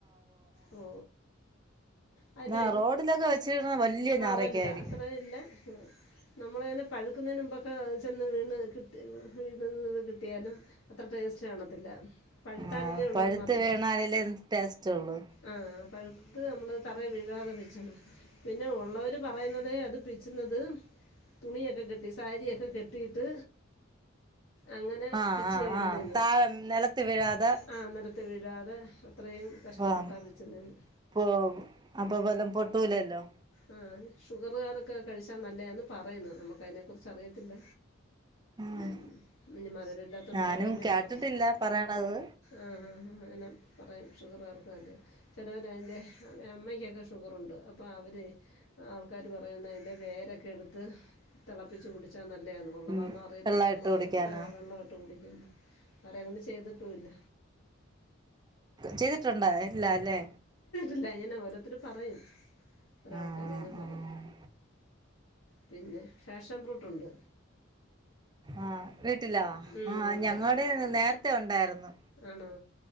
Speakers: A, on the left (about 80°); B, on the right (about 20°).
A: ഓ അതിന്റെ
B: ആ റോഡിലൊക്കെ വെച്ചിരുന്ന വലിയ ഞാറക്കായിരിക്കും
A: വലുതാ അത്രേ ഇല്ല നമ്മളതിന് പഴുകുനതിന് മുംബെക്കെ ചെന്ന് വീണൊ വീണക്കേ കിട്ടിയാലും <unintelligible> അത്ര ടേസ്റ്റ് കാണത്തില്ല പഴുതാലൊല്ലൂഒരു
B: ആഹ് പഴുത്ത്
A: മധുരം
B: വീണാലല്ലേ ടേസ്റ്റ് ഉള്ളൂ
A: ആ ആ പഴുത്ത് അമ്മള് തറെ വീഴാതെ പിചണം പിന്നെ ഉള്ളോര് പറയുന്നത് അത് പിച് ന്നത് തുണിയൊകെ കെട്ടി സാരിയൊകെ കെട്ടീട്ട് അങ്ങനെ
B: ആഹ്
A: പിച്ചിയായിടുന്നെ
B: ആഹ് ആഹ് താഴെ നിലത്ത് വീഴാതെ
A: ആ നിലത്ത് വീഴാതെ അത്രേം കഷ്ടപെട്ടാണ്
B: ആഹ്
A: പിച്ണേന്ന്
B: പോ അപ്പൊ വല്ലം പൊട്ടൂലല്ലോ
A: ആ ഷുഗർകാരൊക് കെ കഴിച്ച നല്ലേന് പറീന് നമുക്ക് അയ്നെ കുറിച് അറിയത്തില്ല
B: ആഹ്
A: ഊം ഇനി മധുര ല്ലാത്തോണ്ട്
B: ഞാനും
A: പറയുന്നേന്ന്
B: കേട്ടിട്ടില്ല
A: പറഞ്ഞു
B: പറയണത്
A: ആ ഹാ ഹാ ഷുഗറേർക് വേണ്ടി ചെലോരൈന്റെ അമ്മയ്ക്കൊക്കെ ഷുഗറുണ്ട് അപ്പൊ അവര് ആൾക്കാർ പറ വേരൊക്കെ എടുത്ത് തെളപ്പിച്ച് കുടിച്ചാ നല് ല്ലെന്നോ ഉള്ളതാന്നോ
B: ഉം
A: അറിയത്തില്ല
B: വെള്ളം
A: നമ്മളങ്ങനെ
B: ഇട്ട് കുടിക്കാനാ
A: ഏ വെള്ളട്ടു കുടി അവരങ്ങനെ ചെയ്തിട്ടുല്ല
B: ചെയ്തിട്ടുണ്ടാ ഇല്ല ല്ലെ
A: ഇല്ല ങ്ങനെ ഓരോരുത്തർ പറയും ഒരാൾക്കാരിങ്ങനെ
B: ആഹ്
A: പറ
B: ആഹ് ആഹ്
A: പിന്നെ ഫാഷൻ ഫ്രൂട്ടുണ്ട്
B: ആഹ് വീട്ടിലൊ
A: ഉം
B: ആ
A: ഉണ്ട്
B: ഞങ്ങടെ നേരത്തെ ഉണ്ടായിരുന്നു
A: ആണോ